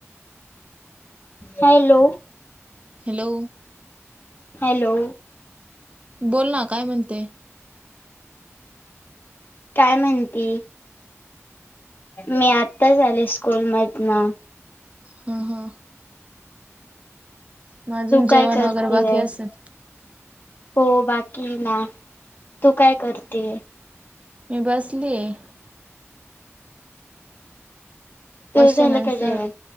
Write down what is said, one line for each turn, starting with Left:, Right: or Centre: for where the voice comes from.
Left: Hello
Right: hello.
Left: हॅलो.
Right: बोल ना काय म्हणते?
Left: काय म्हणती, मी आत्ताच आले स्कूलमधन.
Right: हा हा म अजून
Left: तू काय
Right: जेवण
Left: करतेय
Right: वगैरे बाकी असेल.
Left: हो बाकी ना तु काय करते?
Right: मी बसली आहे.
Left: तुझ
Right: क्वेश्चन
Left: झालं
Right: आन्सर
Left: का जेवण